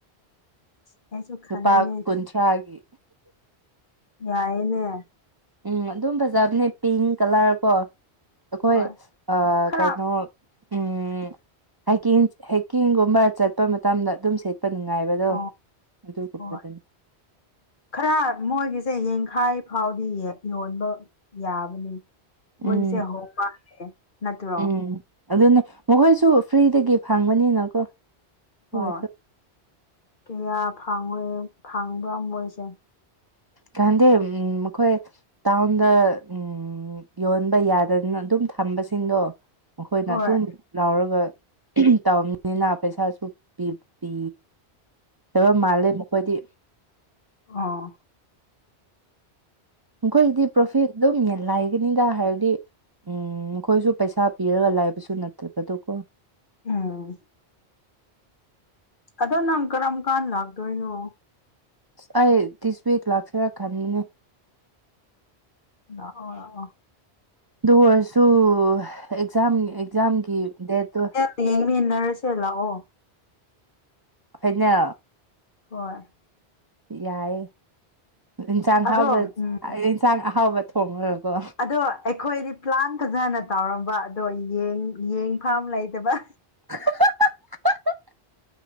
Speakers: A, on the left (about 50°); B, on the right (about 25°).
A: ꯑꯁ ꯑꯩꯁꯨ ꯈꯟꯅꯤꯡꯉꯦ
B: ꯂꯨꯄꯥ ꯀꯨꯟꯊ꯭ꯔꯥꯒꯤ
A: ꯌꯥꯏꯅꯦ
B: ꯎꯝ ꯑꯗꯨ ꯐꯖꯕꯅꯦ ꯄꯤꯡ ꯀꯂꯔ ꯀꯣ ꯑꯩꯈꯣꯏ
A: ꯍꯣꯏ ꯈꯔ
B: ꯀꯩꯅꯣ ꯎꯝ ꯍꯥꯏꯀꯤꯡ ꯍꯥꯏꯀꯤꯡꯒꯨꯝꯕ ꯆꯠꯄ ꯃꯇꯝꯗ ꯑꯗꯨꯝ ꯁꯦ ꯆꯠꯄ ꯉꯥꯏꯕꯗꯣ
A: ꯑꯣ
B: ꯑꯗꯨꯒꯨꯝꯕꯗꯨꯅꯤ
A: ꯍꯣꯏ ꯈꯔ ꯃꯣꯏꯒꯤꯁꯦ ꯌꯦꯡꯈꯥꯏ ꯐꯥꯎꯗꯤ ꯌꯣꯟꯕ ꯌꯥꯕꯅꯤ ꯃꯣꯏꯒꯤꯁꯦ
B: ꯎꯝ
A: ꯍꯣꯡ ꯃꯥꯜꯂꯦ ꯅꯠꯇ꯭ꯔꯣ
B: ꯎꯝ ꯑꯗꯨꯅꯦ ꯃꯈꯣꯏꯁꯨ ꯐ꯭ꯔꯤꯗꯒꯤ ꯐꯪꯕꯅꯤꯅꯀꯣ ꯑꯗꯨ
A: ꯍꯣꯏ
B: ꯑꯣꯏꯔꯁꯨ
A: ꯀꯌꯥ ꯐꯪꯉꯣꯏ ꯐꯪꯕꯥ ꯑꯃ ꯑꯣꯏꯣꯏꯁꯦ
B: ꯀꯗꯦ ꯎꯝ ꯃꯈꯣꯏ ꯇꯥꯎꯟꯗ ꯎꯝ ꯎꯝ ꯌꯣꯟꯕ ꯌꯥꯗꯗꯅ ꯑꯗꯨꯝ ꯊꯝꯕꯁꯤꯡꯗꯣ ꯃꯈꯣꯏꯅ
A: ꯍꯣꯏ
B: ꯑꯗꯨꯝ ꯂꯧꯔꯒ ꯇꯧꯅꯤꯅꯤꯅ ꯄꯩꯁꯥꯁꯨ ꯄ ꯄꯤ ꯐꯠꯇꯕ ꯃꯥꯜꯂꯦ ꯃꯈꯣꯏꯗꯤ
A: ꯑꯥ
B: ꯃꯈꯣꯏꯗꯗꯤ ꯄ꯭ꯔꯣꯐꯤꯠ ꯑꯗꯨꯝ ꯌꯦꯟ ꯂꯒꯅꯤꯗ ꯍꯥꯏꯔꯗꯤ ꯎꯝ ꯃꯈꯣꯏꯁꯨ ꯄꯩꯁꯥ ꯄꯤꯔꯒ ꯂꯥꯏꯕꯁꯨ ꯅꯠꯇꯕꯗꯨꯀꯣ
A: ꯎꯝ ꯑꯗꯣ ꯅꯪ ꯀꯔꯝ ꯀꯥꯟ ꯂꯥꯛꯇꯣꯏꯅꯣ
B: ꯑꯁ ꯑꯩ ꯗꯤꯁ ꯋꯤꯛ ꯂꯥꯛꯆꯔꯛ ꯈꯅꯤꯅꯦ
A: ꯑꯣ
B: ꯑꯗꯨ ꯑꯣꯏꯔꯁꯨ ꯑꯦꯛꯖꯥꯝ ꯑꯦꯛꯖꯥꯝꯒꯤ ꯗꯦꯠꯇꯣ
A: ꯑꯦ ꯌꯦꯡꯃꯤꯟꯅꯔꯁꯦ ꯂꯥꯛꯑꯣ
B: ꯍꯥꯏꯅ
A: ꯍꯣꯏ
B: ꯌꯥꯏꯌꯦ ꯏꯟꯁꯥꯡ
A: ꯑꯗꯣ
B: ꯍꯥꯎꯕ
A: ꯎꯝ
B: ꯏꯟꯁꯥꯡ ꯑꯍꯥꯎꯕ ꯊꯣꯡꯉꯨꯔꯀꯣ
A: ꯑꯗꯣ ꯑꯩꯈꯣꯏꯗꯤ ꯄ꯭ꯂꯥꯟ ꯐꯖꯅ ꯇꯧꯔꯝꯕ ꯑꯗꯣ ꯌꯦꯡꯐꯝ ꯂꯩꯇꯕ
B: <unintelligible>